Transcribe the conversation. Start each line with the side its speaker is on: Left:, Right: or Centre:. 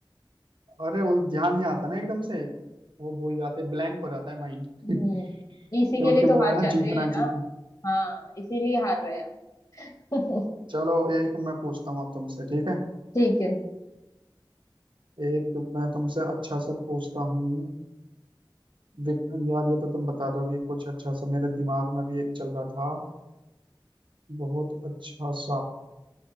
Right: अरे वो ध्यान नहीं आता ना एकदम से वो भूल जाते ब्लैंक हो जाता है माइंड <laughs>
Left: हम्म
Right: क्योंकि
Left: इसी के लिए तो
Right: वो
Left: हार
Right: है ना
Left: जाते
Right: जीतना
Left: हैं ना
Right: जीतना
Left: हाँ इसीलिए हार रहे हैं हम
Right: चलो एक मैं पूछता हूँ अब तुमसे ठीक है
Left: <laughs> ठीक है
Right: एक मैं तुमसे अच्छा सा पूछता हूँ विक- यार ये तो तुम बता दोगी कुछ अच्छा सा मेरे दिमाग में भी एक चल रहा था बहुत अच्छा सा